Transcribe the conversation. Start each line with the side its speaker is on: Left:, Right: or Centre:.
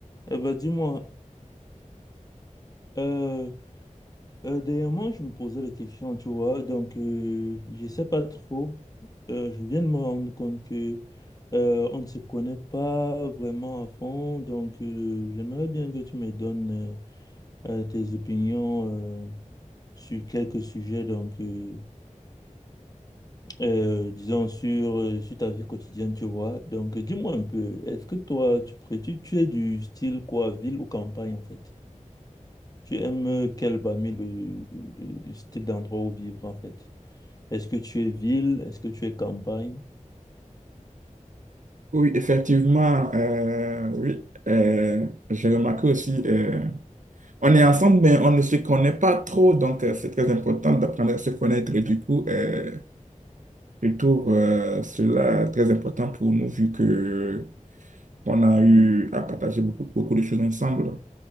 Left: Eh ben, dis-moi, euh, euh, dernièrement, je me posais la question, tu vois, donc euh, je sais pas trop. Euh, je viens de me rendre compte que euh, on ne se connaît pas vraiment à fond, donc euh, j'aimerais bien que tu me donnes euh, euh, tes opinions euh, sur quelques sujets, donc euh, euh, disons sur, euh, sur ta vie quotidienne, tu vois. Donc euh, dis-moi un peu, est-ce que toi, tu, pré- tu, tu es du style quoi, ville ou campagne en fait? Tu aimes euh, quel parmi le, le- le style d'endroit où vivre en fait? Est-ce que tu es ville? Est-ce que tu es campagne?
Right: Oui, effectivement, euh, oui, euh, j'ai remarqué aussi, euh, on est ensemble, mais on ne se connaît pas trop, donc euh, c'est très important d'apprendre à se connaître. Et du coup, euh, je trouve euh, cela très important pour nous, vu que on a eu à partager beaucoup, beaucoup de choses ensemble.